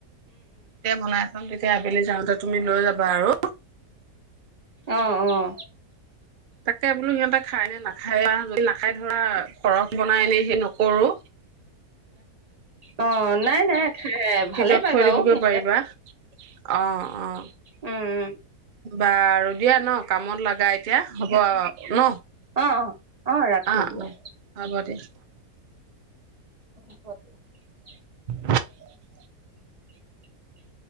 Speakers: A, on the right; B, on the right.
A: তেতিয়া বনাই থম তেতিয়া আবেলি যাওঁতে। তুমি লৈ যাবা আৰু
B: আহ আহ
A: তাকে বোলো সিহঁতে খাই নে নাখায় যদি নাখাই ধৰা সৰহ বনাই এনে সেই নকৰো
B: অ নাই নাই খাই
A: ফ্ৰিজত
B: ভালে পাই
A: থৈ
B: বাৰু
A: দিবগৈ
B: সিহঁতে
A: পাৰিবা। অ', অ',
B: উম উম।
A: বাৰু দিয়া ন কামত লাগা এতিয়া হ'ব ন।
B: অ অ ৰাখো
A: অ
B: দিয়া
A: অ হ'ব দে।
B: <inaudible>
A: <unintelligible>
B: <unintelligible>